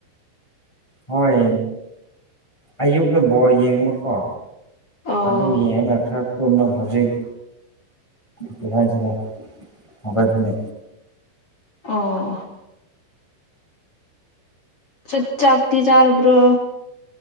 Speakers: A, in the centre; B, on the left.
A: ꯍꯣꯏ ꯑꯌꯨꯛꯀ ꯕꯣꯜ ꯌꯦꯡꯕꯀꯣ
B: ꯑꯣ
A: ꯑꯗꯨ ꯌꯦꯉ ꯈꯔ ꯇꯨꯝꯅ ꯍꯧꯖꯤꯛ ꯀꯔꯤꯍꯥꯢꯁꯤꯒꯦ ꯍꯧꯒꯠꯄꯅꯦ
B: ꯑꯣ ꯆꯛ ꯆꯥꯛꯇꯤ ꯆꯥꯔꯕ꯭ꯔꯣ